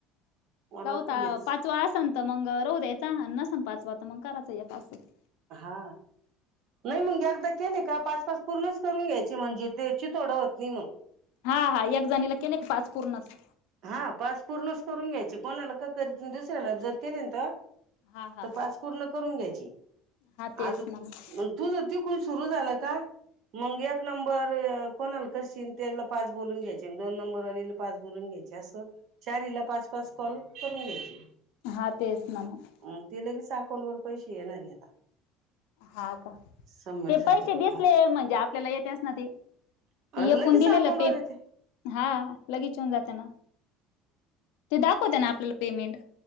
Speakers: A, on the right (about 55°); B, on the left (about 80°).
A: मला
B: चौथा
A: वाटतं हेच
B: पाचवा आसन त मंग राहु द्यायचा नसन पाचवा तर मग कराचचा मग एक असं
A: हा नाही मग एकदा केले का पाच-पाच पूर्णच करून घ्यायची म्हणजे तेची थोडं होत नाही मग
B: हा हा एक जणीला केले की पाच पूर्णच.
A: हा पास पूर्णच करून घ्यायचे. कोणाला का कर दुसऱ्याला जर केले तहा
B: हा हा
A: तपास पूर्ण करून घ्यायची.
B: हा
A: आता
B: तेच ना मग
A: तू जर तीकुण सुरु झाला का मग एक नंबर अ कोणाला करशीन तेला पाच बोलून घ्यायचे दोन नंबर वालीला पाच बोलून घ्यायचे. चार हिला पाच- पाच कॉल करून घ्यायचे.
B: हा तेच ना मग
A: म ते लगेच त्या अकाउंट वर पैसे येणारे आता
B: हा का?
A: सबमिट
B: ते
A: झाल्यावर
B: पैसे दिसले म्हणजे आपल्याला येते असना ते.
A: हा
B: येकून
A: लगेच
B: दिलेलं
A: अकाउंट
B: पेम
A: वर येते
B: हा लगेच येऊन जात ना. ते द्याव कोण देणार आपल्याला पेमेंट?